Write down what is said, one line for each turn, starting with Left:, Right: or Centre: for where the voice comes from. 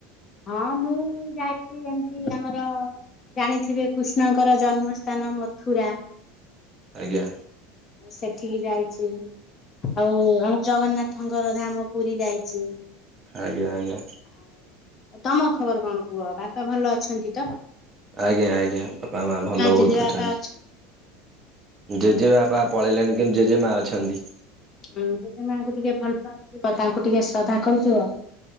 Left: ହଁ ମୁଁ ଯାଇଛି ଏମତି ଆମର ଜାଣିଥିବେ କୃଷ୍ଣଙ୍କର ଜନ୍ମସ୍ଥାନ ମଥୁରା
Right: ଆଜ୍ଞା
Left: ସେଠିକି ଯାଇଛି ଆଉ ଆମ ଜଗନ୍ନାଥଙ୍କର ଧାମ ପୁରୀ ଯାଇଛି ।
Right: ଆଜ୍ଞା ଆଜ୍ଞା
Left: ଆଉ ତମ ଖବର କଣ କୁହ ବାପା ଭଲ ଅଛନ୍ତି ତ ।
Right: ଆଜ୍ଞା ଆଜ୍ଞା ବାପା ମା ଭଲ ବହୁତ
Left: ଜେଜେବା
Right: ଅଛନ୍ତି
Left: ପା
Right: ଜେଜେ ବାପାା ପଳେଇଲାଲେଣି କିନ୍ତୁ ଜେଜେ ମାଆ ଅଛନ୍ତି ।
Left: ଜେଜଜ ମାଙ୍କୁ ଟିକେ ଭଲ ପାଉଥିବ ତାଙ୍କୁ ଟିକେ ଶ୍ରଦ୍ଧା କରୁଥିବ ।